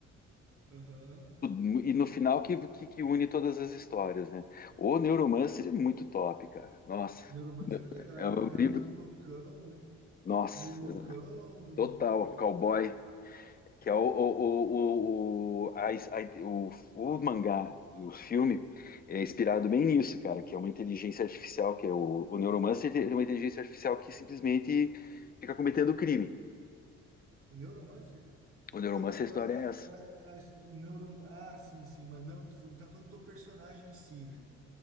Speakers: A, on the right; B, on the left.
A: aham.
B: mu- E no final que, que, que une todas as histórias, né? O Neuromancer é muito top, cara. Nossa,
A: Neuromancer é legal.
B: é
A: Ele
B: um
A: é um cara
B: livro.
A: muito loucão, né?
B: Nossa,
A: Meio loucão.
B: total, cowboy. que é o, o, o, o, a- a- o, o mangá e o filme é inspirado bem nisso, cara, que é uma inteligência artificial, que é o, o Neuromancer é uma inteligência artificial que simplesmente fica cometendo crime.
A: O Neuromancer?
B: O Neuromancer,
A: Não, eu,
B: a
A: eu,
B: história é essa.
A: eu- a, his- o neuro... Ah, sim, sim, mas não, você não tá falando do personagem em si, né?